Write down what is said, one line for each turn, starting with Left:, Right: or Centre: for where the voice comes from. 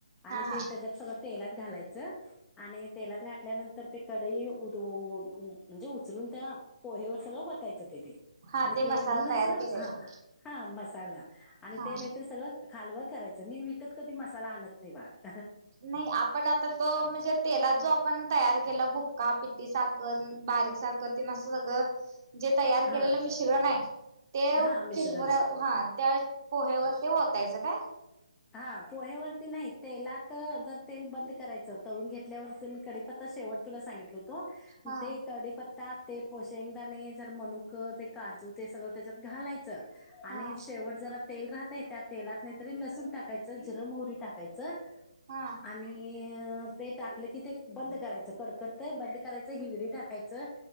Centre: आणि
Right: हा
Centre: ते त्याच्यात सगळं तेलात घालायचं आणि तेलात घातल्यानंतर ते कडई म्हणजे उचलून त्या पोहेवर सगळं बतायचं तेथ
Right: हा
Centre: आणि
Right: ते
Centre: प्लेट
Right: मसाला
Centre: घेऊन
Right: तयार
Centre: असं
Right: केलेला
Centre: ह हा मसाला आणि
Right: हा
Centre: ते नाहीतर सगळं खालवर करायचं मी विकत कधी मसाला आणत नाही बाळा
Right: नाही आपण आता तो म्हणजे तेलात जो आपण तयार केला बुक्का पिटी साखर बारीक साखर तिन असं सगळं जे तयार
Centre: हा
Right: केलेलं मिश्रण आहे ते
Centre: हा मिश्रण
Right: चिरमुऱ्या
Centre: आहे
Right: हा त्या पोहे्यावर ते वतायचं काय
Centre: हा पोहेवरती नाही तेलात जर तेल बंद करायचं तळून घेतल्यावरच मी कडीीपत्ता शेवट तुला सांगितलं होतो
Right: हा
Centre: ते कडीीपत्ता ते पोशंगदाणे जर मनुक ते काजू ते सगळं त्याच्यात घालायचं आणि
Right: हा
Centre: शेवट जरा तेल राहत त्या तेलात नाही तरी लसूून टाकायचं जिरम होरी टाकायचं
Right: हा
Centre: आणि ते टाकलं की ते बंद करायचं कडकडतंय बंद करायचं हिंगडी टाकायचं